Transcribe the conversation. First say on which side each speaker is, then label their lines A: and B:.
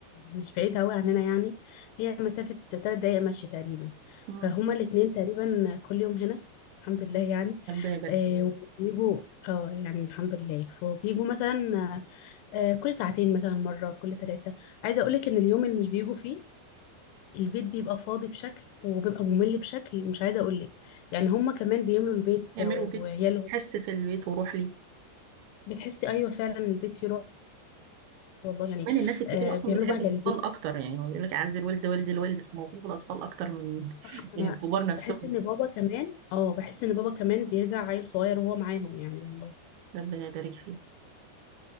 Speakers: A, on the left; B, on the right.
A: مش بعيد أوي عننا يعني هي مسافة تلات دقايق مشي تقريبا
B: مم.
A: فهما الاتنين تقريبا كل يوم هنا الحمد لله يعني
B: ربنا يبارك
A: آه
B: فيهم
A: وبيجوا اه يعني الحمد لله فبيجوا مثلا آه كل ساعتين مثلا مرة كل ثلاثة عايزة أقولك إن اليوم اللي مش بيجوا فيه البيت بيبقى فاضي بشكل وبيبقى ممل بشكل مش عايزة أقولك يعني هما كمان بيملوا البيت
B: يعملوا
A: وعيالهم
B: بيت حس في البيت وروح لي
A: بتحسي أيوة فعلا البيت فيه روح والله يعني
B: كمان الناس الكبيرة
A: آه
B: أصلا
A: بيعملوا
B: بتحب
A: بهجة
B: الأطفال
A: للبيت
B: أكتر يعني هو يقول لك أعز الولد ولد الولد فموهوب الأطفال أكتر من
A: صح
B: <laughs>
A: انا
B: من الكبار نفسهم
A: بحس ان بابا كمان اه بحس ان بابا كمان بيرجع عيل صغير وهو معاهم يعني والله
B: ربنا يبارك فيك